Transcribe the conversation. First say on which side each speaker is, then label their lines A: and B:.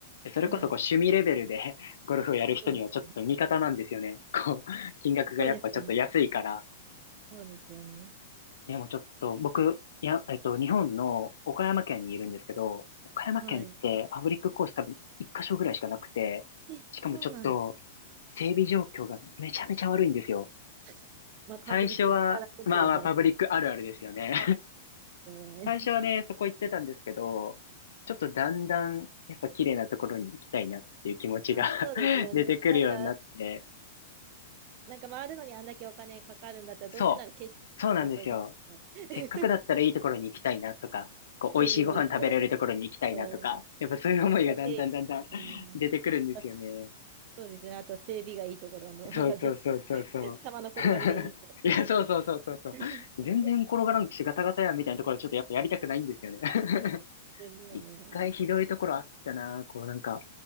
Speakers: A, on the left (about 80°); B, on the right (about 45°).
A: それこそこう趣味レベルで
B: はい。
A: <laughs> ゴルフをやる人にはちょっと味方なんですよね。
B: そうです。
A: こう、金額がやっぱちょっと安いから。
B: そうですよね。そうですよね。
A: でもちょっと僕、いや、えっと、日本の岡山県にいるんですけど、岡山県ってパブリックコース多分一箇所ぐらいしかなくて、
B: はい。え、
A: しかもちょっと
B: そうなんです。
A: 整備状況がめちゃめちゃ悪いんですよ。
B: <laughs> まあ、パブリックだからこそですよね。
A: 最初は、まあまあパブリックあるあるですよね。
B: えー
A: 最初はね、そこ行ってたんですけど、ちょっとだんだん、やっぱ綺麗なところに行きたいなっていう気持ちが
B: <laughs> まあ、そうですよね。
A: <laughs> 出てくるようになって、
B: なんか、なんか回るのにあんだけお金かかるんだったら、
A: そう、
B: どうせなら景色のところ取りた
A: そうなんですよ。
B: いですね。
A: せっかくだったらいいところに行きたいなとか、こう、
B: 整備もいいところに。
A: 美味しいご飯食べれるところに行きたいなとか、
B: うん。
A: やっぱそういう思いがだんだんだんだん
B: だから整備、
A: <laughs>
B: うん。
A: 出てくるんですよね。
B: まあ、そうですね。あと整備がいいところの方が絶対、
A: そうそうそうそうそう。
B: <laughs> 球の転がりがいいとかってますもん。
A: <laughs> いや、そうそうそうそうそう。
B: <laughs> で
A: 全然転がらんし、ガタガタやんみたいなところちょっとやっぱやりたくないんですよね。<laughs>
B: すよね。
A: 一回ひどいところあったな、こうなんか、